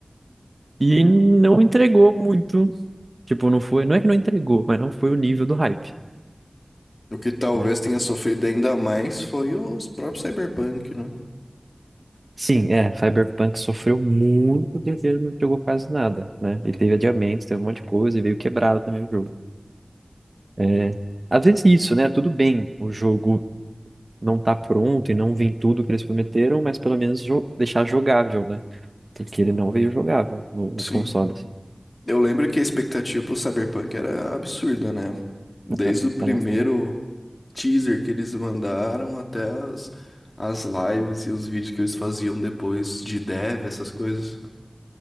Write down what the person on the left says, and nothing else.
O que talvez
tenha sofrido ainda mais foi os próprios Cyberpunk, né?
Sim.
Eu lembro que a expectativa pro Cyberpunk era absurda, né? Desde
o primeiro
teaser que eles mandaram até as, as lives e os vídeos que eles faziam depois de dev, essas coisas.